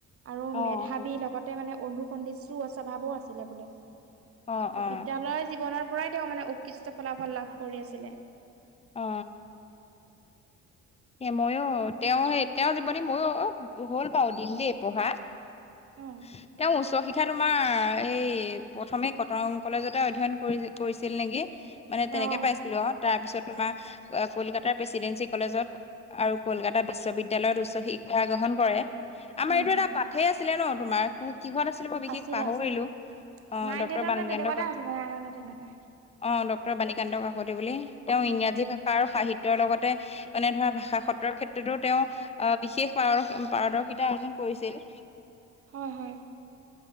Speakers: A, on the right; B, on the left.
A: আৰু
B: অ
A: মেধাৱীৰ
B: হয়।
A: লগতে মানে অন্ধুসধৃশ্যো স্বভাৱো আছিলে বোলে।
B: অ অ
A: বিদ্যালয় জীৱনৰ পৰাই তেওঁ মানে উৎকৃষ্ট ফলাফল লাভ কৰি আছিলে।
B: অ। স ময়ো তেওঁ সেই তেওঁ জীৱনী মইো অ হ'ল পাও দম দেই পঢ়া।
A: অ
B: উ। তেওঁ উচ্চ শিক্ষা তোমাৰ এই প্ৰথমে কটং কলেজতে অধ্যয়ন কৰি-কৰিছিল নেকি? মানে
A: অঁ
B: তেনেকে পাইছিলো আৰু তাৰ পিছত তোমাৰ কলকাতাৰ প্ৰেচিডেঞ্চি কলেজত আৰু কলকাতা বিশ্ববিদ্যালয়ত উচ্চ শিক্ষা গ্ৰহণ কৰে আমাৰ
A: উম
B: এইটো এটা পাঠেই আছে। ছিলে ন তোমাৰ কোত কিহত আছিলো মই বিশেষ
A: আছিলে
B: পাহৰিলো
A: আছিলে
B: অ
A: নাইন
B: ডক্তৰ
A: টেনত
B: বাণীকান্ত
A: নে তেনেকুৱাতে
B: কাকতি
A: আছিলে নাইন নে টেনতে
B: অ ডক্তৰ বাণীকান্ত কাকতি বুলি তেওঁ
A: উম
B: ইংৰাজী ভাষা আৰু সাহিত্যৰ লগতে মানে ধৰা ভা ভাষাতত্ত্বৰ ক্ষেত্ৰতো তেওঁ আহ বিশেষ পাৰ পাৰদৰ্শিতা অৰ্জন কৰিছিল।
A: হয় হয়।